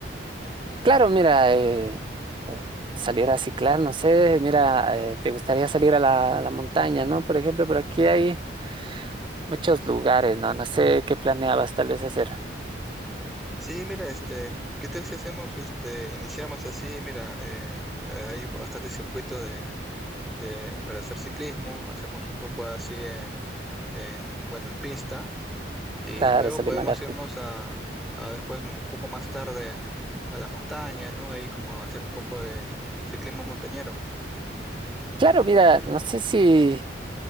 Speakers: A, on the right (about 25°); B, in the centre.
A: Claro, mira, eh, bueno, salir a ciclar, no sé, mira, eh, te gustaría salir a la, a la montaña, ¿no? Por ejemplo, por aquí hay muchos lugares, ¿no? No sé qué planeabas tal vez hacer.
B: Sí, mira, este, ¿qué tal si hacemos, este, iniciamos así? Mira, eh, hay bastantes circuitos de, de- para hacer ciclismo, hacemos un poco así en, en, bueno, en pista Y
A: Claro,
B: luego
A: salir
B: podemos
A: a
B: irnos a, a después, un poco más tarde, a, a la montaña, ¿no? Ahí como hacer un poco de ciclismo montañero.
A: Claro, mira, no sé si,